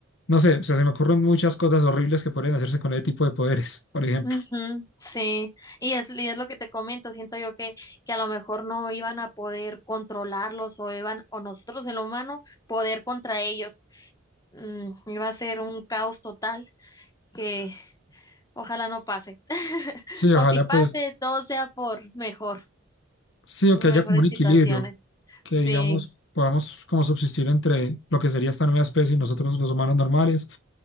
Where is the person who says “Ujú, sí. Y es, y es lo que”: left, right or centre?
Left